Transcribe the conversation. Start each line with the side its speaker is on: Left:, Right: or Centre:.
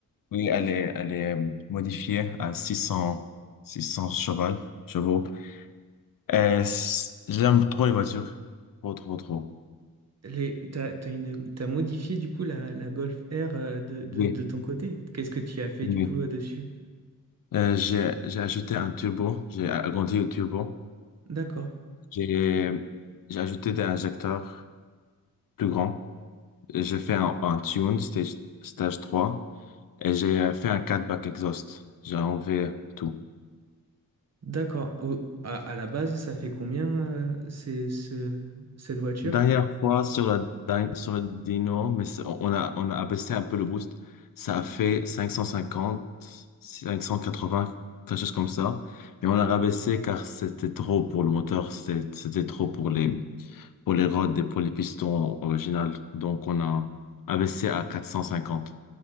Left: Oui, elle est, elle est euh, modifiée à 600, 600 cheval, chevaux. Euh, s- j'aime trop les voitures. Trop, trop, trop.
Right: Les, t'as, t'as une, t'as modifié du coup la, la Golf R euh, de, de,
Left: Oui,
Right: de ton côté. Qu'est-ce que tu as fait
Left: oui.
Right: du coup euh, dessus?
Left: Euh, j'ai, j'ai ajouté un turbo. J'ai agrandi le turbo.
Right: D'accord,
Left: J'ai, j'ai ajouté des injecteurs plus grands. J'ai fait un, un tune, stage, stage trois Et j'ai euh, fait un cat back exhaust. J'ai enlevé tout.
Right: d'accord. Au- À, à la base, ça fait combien euh, c'est, ce, cette voiture?
Left: Dernière fois sur la din- sur le Dino, mais c'est- on a on a abaissé un peu le boost. Ça a fait 550, 580, quelque chose comme ça. Mais on a rabaissé car c'était trop pour le moteur, c'était c'était trop pour les pour les rods et pour les pistons originales. Donc on a abaissé à 450.